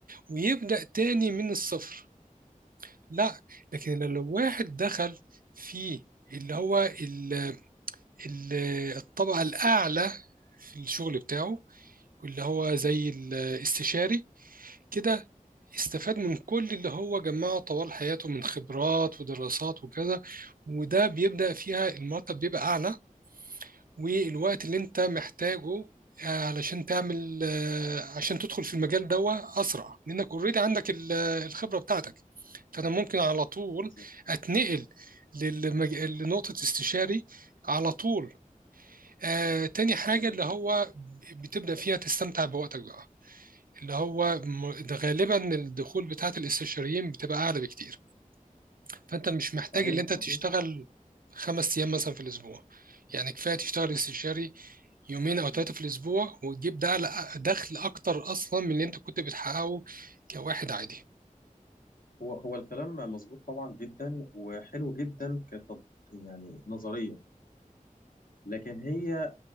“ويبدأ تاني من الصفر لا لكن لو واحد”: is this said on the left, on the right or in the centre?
Right